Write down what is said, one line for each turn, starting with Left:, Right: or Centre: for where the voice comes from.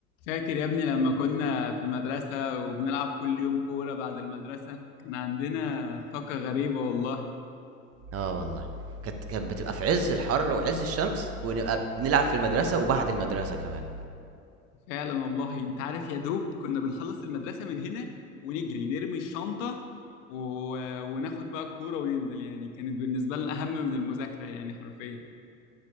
Left: فاكر يا ابني لما كنا في المدرسة وبنلعب كل يوم كورة بعد المدرسة كان عندنا طاقة غريبة والله
Right: آه والله كانت كانت بتبقى في عز الحر وعز الشمس ونبقى بنلعب في المدرسة وبعد المدرسة كمان
Left: فعلا والله انت عارف يا دوب كنا بنخلص المدرسة من هنا ونجري نرمي الشنطة و... وناخد بقى الكورة وننزل يعني كانت بالنسبة لنا أهم من المذاكرة يعني حرفيا